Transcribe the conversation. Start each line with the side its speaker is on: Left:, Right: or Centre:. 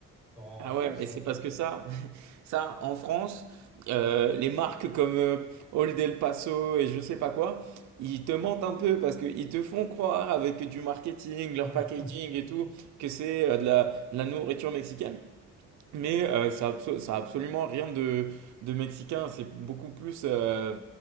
Centre: En
Right: Ah
Centre: France,
Right: ouais, mais
Centre: euh,
Right: c'est parce que ça ça en France, heu, les marques comme, heu, Old El Paso et je sais pas quoi, ils te mentent un peu parce qu'ils te font croire avec du marketing, leur
Centre: <laughs>
Right: packaging
Centre: Ouais,
Right: et tout, que c'est, heu, de la de la nourriture mexicaine. Mais euh, ça, a ça absolument rien de, de mexicain. C'est beaucoup plus euh,